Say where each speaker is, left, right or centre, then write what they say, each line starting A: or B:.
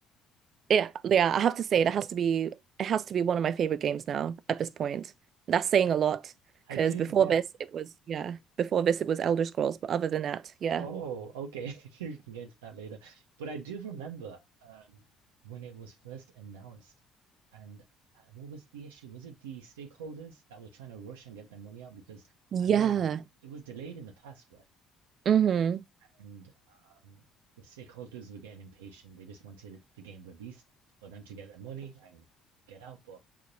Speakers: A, on the right (about 55°); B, on the right (about 85°).
A: yeah, yeah. I have to say it has to be it has to be one of my favorite games now at this point. That's saying a lot
B: I
A: because
B: do. Yeah.
A: before this it was yeah. Before this it was Elder Scrolls, but other than that, yeah,
B: Oh, okay. <laughs> You can get to that later. But I do remember um, when it was first announced, and uh, what was the issue? Was it the stakeholders that were trying to rush and get their money out? Because
A: yeah.
B: I know it was it was delayed in the past, right?
A: Mm-hmm.
B: And um, the stakeholders were getting impatient. They just wanted the game released for them to get their money and get out. But